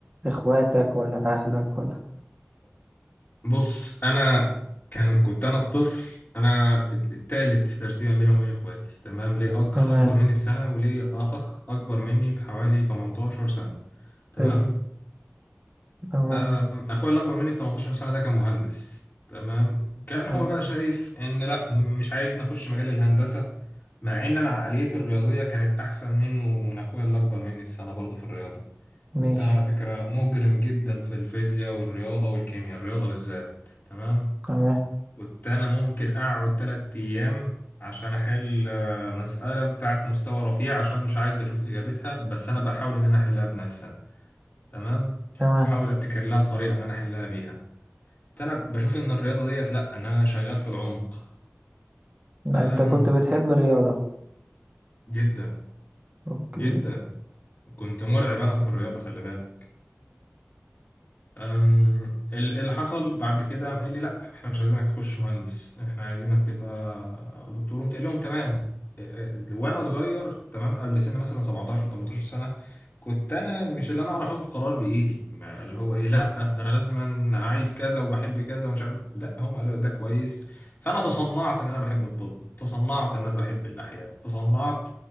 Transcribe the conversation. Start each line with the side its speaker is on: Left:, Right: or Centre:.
Right: اخواتك ولا اهلك ولا
Left: بص أنا كان كنت أنا الطفل أنا الت- التالت في ترتيب ما بيني وما بين إخواتي تمام ليه أخ
Right: تمام
Left: أكبر مني بسنة وليه أخ أكبر مني بحوالي 18 سنة تمام
Right: حلو تمام
Left: آم، اخويا الاكبر مني ب 18 سنه ده كان مهندس تمام كان
Right: تمام
Left: هو بقى شايف ان لا مش عايز نخش مجال الهندسه مع ان انا عقليتي الرياضيه كانت احسن منه ومن اخويا الاكبر مني بسنه برضه في الرياضه
Right: ماشي
Left: كنت انا على فكره مجرم جدا في الفيزياء والرياضه والكيمياء الرياضه بالذات تمام
Right: تمام
Left: كنت انا ممكن اقعد 3 ايام عشان احل آه، مساله بتاعت مستوى رفيع عشان مش عايز اشوف اجابتها بس انا بحاول ان انا احلها بنفسي تمام
Right: تمام
Left: واحاول ابتكر لها طريقه ان انا احلها بيها انا بشوف ان الرياضه ديت لا ان انا شغال في العمق أم
Right: انت كنت بتحب الرياضة
Left: جدا
Right: اوكي
Left: جدا كنت مرعب انا في الرياضه خلي بالك أم، ال- اللي حصل بعد كده قام قال لي لا احنا مش عايزينك تخش مهندس احنا عايزينك تبقى دكتور قمت قايل لهم تمام أه، أه، وانا صغير تمام قبل سن مثلا 17 18 سنه كنت انا مش اللي انا اعرف اخد قرار بايدي ما- اللي هو ايه لا ده انا لازم عايز كذا وبحب كذا ومش عارف لا هم قالوا ده كويس فانا تصنعت ان انا بحب الطب تصنعت ان انا بحب الاحياء تصنعت